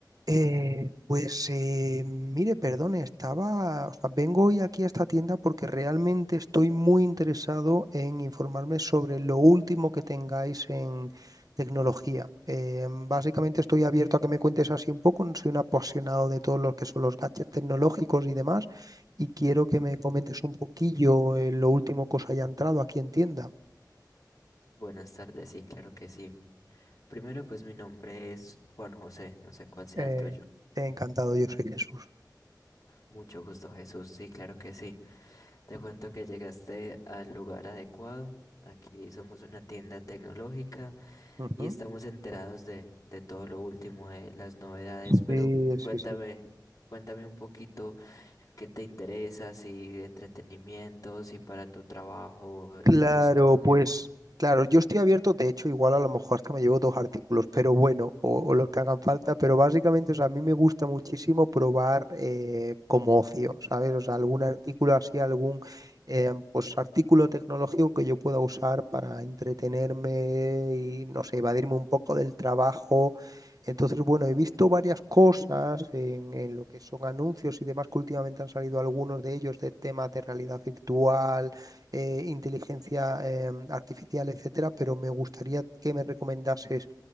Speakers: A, on the right (about 55°); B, on the left (about 55°).
A: Eh, pues eh, mire, perdone, estaba, o sea, vengo hoy aquí a esta tienda porque realmente estoy muy interesado en informarme sobre lo último que tengáis en tecnología. Eh, básicamente estoy abierto a que me cuentes así un poco, soy un apasionado de todos los que son los gadgets tecnológicos y demás, y quiero que me comentes un poquillo eh, lo último que os haya entrado aquí en tienda.
B: Buenas tardes, sí, claro que sí. Primero, pues mi nombre es Juan José, no sé cuál sea
A: Eh,
B: el tuyo.
A: encantado, yo soy Jesús.
B: Mucho gusto, Jesús, sí, claro que sí. Te cuento que llegaste al lugar adecuado. Aquí somos una tienda tecnológica
A: Ujú.
B: y estamos enterados de, de todo lo último de las novedades, pero
A: Sí, sí,
B: cuéntame,
A: sí.
B: cuéntame un poquito qué te interesa, si entretenimiento, si para tu trabajo,
A: Claro,
B: eh, estudio.
A: pues claro, yo estoy abierto, de hecho, igual a lo mejor hasta me llevo dos artículos, pero bueno, o, o los que hagan falta, pero básicamente, o sea, a mí me gusta muchísimo probar eh, como ocio, ¿sabes? O sea, algún artículo así, algún eh, pues artículo tecnológico que yo pueda usar para entretenerme y, no sé, evadirme un poco del trabajo. Entonces, bueno, he visto varias cosas en, en lo que son anuncios y demás, que últimamente han salido algunos de ellos de temas de realidad virtual eh, inteligencia eh, artificial, etcétera, pero me gustaría que me recomendases